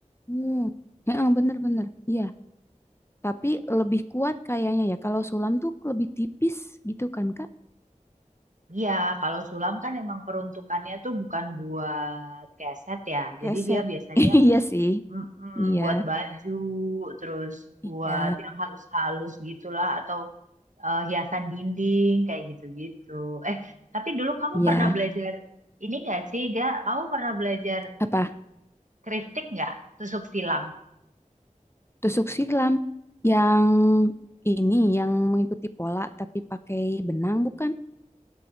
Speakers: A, on the left; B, on the right.
A: Hmm, Heeh, bener-bener. Iya. Tapi lebih kuat kayaknya ya. Kalau sulam tuh lebih tipis gitu kan, Kak?
B: iya kalau sulam kan emang peruntukannya tuh bukan buat keset ya jadi
A: Keset.
B: dia biasanya
A: <laughs> Iya sih.
B: mm-mm,
A: Iya.
B: buat baju terus buat
A: Iya.
B: yang halus-halus gitulah atau eh, hiasan dinding kayak gitu-gitu eh tapi dulu kamu
A: Iya.
B: pernah belajar ini gak sih, Ga? Kamu pernah belajar
A: Apa?
B: Kristik nggak? Tusuk silang.
A: Tusuk silam. Yang ini, yang mengikuti pola tapi pakai benang bukan?